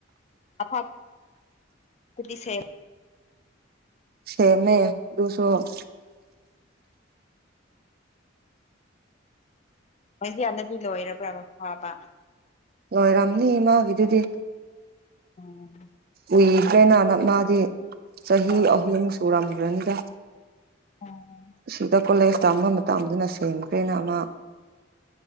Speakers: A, on the left; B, on the right.
A: <unintelligible>
B: ꯁꯦꯃꯦ ꯗꯨ ꯁꯣ
A: ꯃꯣꯏꯁꯤ ꯌꯥꯅꯕꯤ ꯂꯣꯏꯔꯕ꯭ꯔꯥ ꯑꯃ ꯐꯥꯕ
B: ꯂꯣꯏꯔꯝꯅꯤ ꯏꯃꯥꯒꯤꯗꯨꯗꯤ
A: ꯎꯝ
B: ꯎꯏꯗ꯭ꯔꯦꯅ ꯅꯛꯅꯥꯗꯤ ꯆꯍꯤ
A: ꯑꯥ
B: ꯑꯍꯨꯝ ꯁꯨꯔꯝꯈ꯭ꯔꯅꯤꯗ
A: ꯎꯝ
B: ꯁꯤꯗ ꯀꯣꯂꯦꯖ ꯇꯝꯕ ꯃꯇꯝꯗꯨꯅ ꯁꯦꯝꯈ꯭ꯔꯦꯅ ꯑꯃ